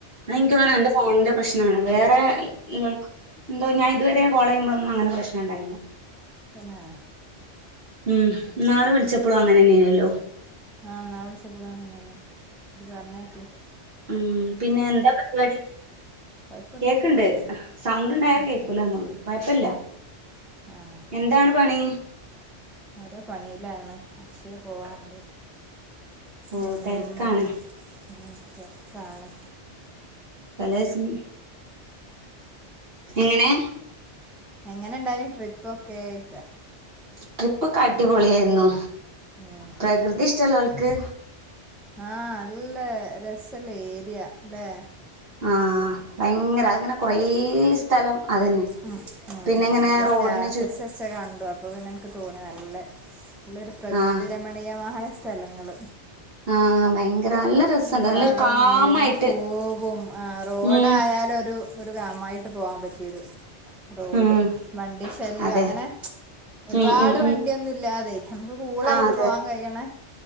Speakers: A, on the right; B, in the centre.
A: ഇനിക്ക് തോന്ന്ണ് അന്റെ ഫോണിന്റെ പ്രശ്നം ആണ് വേറെല്ലോൽക്കൊന്നെന്തോ ഞാൻ ഇതുവരെ കോൾ ചെയ്യുമ്പോഴൊന്നും അങ്ങനെ പ്രശ്നം ഉണ്ടായില്ല.
B: തന്നെ?
A: ം ന്നാള് വിളിച്ചപ്പോളും അങ്ങനെന്നെയാനല്ലോ.
B: ആഹ് ന്നാള് വ്ളിച്ചപ്പളും അങനെതന്നെ ത് പറീണേടട്ടീ
A: ം പിന്നെ എന്താ പരിപാടി?
B: കൊഴപ്പൊന്നുല്ലല്ലോ
A: കേക്കണ്ട് സൗണ്ട് ഉണ്ടായാ
B: ഉം
A: കേൾക്കൂലന്നൊള്ളു. കൊഴപ്പല്ല.
B: ആഹ് ഓക്കെ
A: എന്താണ്
B: ഓക്കെ.
A: പണി
B: ഓരോ പണീലാണ് അക്ഷയെ പോവാണ്ട്.
A: ഓ
B: ം
A: തെരക്കാണ്
B: ് തിരക്കാണ്.
A: തലേസം എങ്ങനെ?
B: എങ്ങനെണ്ടായിനി ട്രിപ്പൊക്കെ ചോയ്ക്ക?
A: ട്രിപ്പൊക്കെ അടിപൊളിയായിരുന്നു.
B: ഉം
A: പ്രകൃതി ഇഷ്ടമുള്ളോൽക്ക്
B: ആഹ് നല്ല രസള്ള ഏര്യാല്ലേ?
A: ആഹ് ഭയങ്കര അതിങ്ങനെ കൊറേ സ്ഥലം അതന്നെ.
B: ഉം അ
A: പിന്നെ
B: അ
A: ഇങ്ങനെ
B: അന്റെ
A: റോഡിന്
B: സ്റ്റാറ്റസ്
A: ചു
B: വച്ചത് കണ്ടു. അപ്പൊ പിന്നെ എനിക്ക് തോന്നി നല്ല നല്ലൊരു പ്രകൃതി
A: ആഹ്
B: രമണീയമായ സ്ഥലങ്ങള്.
A: ആഹ് ഭയങ്കര നല്ല രസണ്ട്
B: നല്ല
A: നല്ലൊരു
B: കാടും
A: കാമായിട്ട്
B: മേടും പൂവും ആഹ് റോഡായാലൊരു
A: ഉം
B: ഒരു ഗാമായിട്ട് പോകാൻ പറ്റിയൊരു റോഡ്
A: ഉം
B: വണ്ടി ശല്യൊങ്ങനെ
A: അതെ
B: ഒരുപാട്
A: ഉം ഉം ഉം
B: വണ്ടി ഒന്നും ഇല്ലാതെ ഞമ്മക്ക് കൂളായിട്ട്
A: ആഹ് അതെ
B: പോവാൻ കഴിയ്ണ